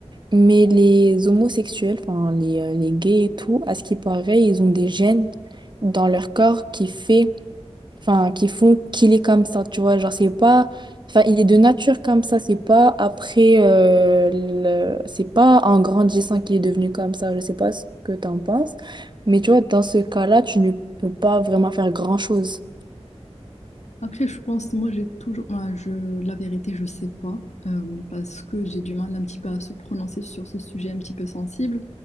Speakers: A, on the right; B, on the left.
A: Mais les homosexuels, enfin, les, euh, les gays et tout, à ce qui paraît, ils ont des gènes dans leur corps qui fait enfin, qui font qu'il est comme ça, tu vois. Genre, c'est pas, enfin, il est de nature comme ça, c'est pas après, euh, le- c'est pas en grandissant qu'il est devenu comme ça. Je sais pas ce que t'en penses, mais tu vois, dans ce cas-là, tu ne peux pas vraiment faire grand-chose.
B: Après, je pense, moi, j'ai toujours... moi, je... La vérité, je sais pas, euh, parce que j'ai du mal un petit peu à se prononcer sur ce sujet un petit peu sensible.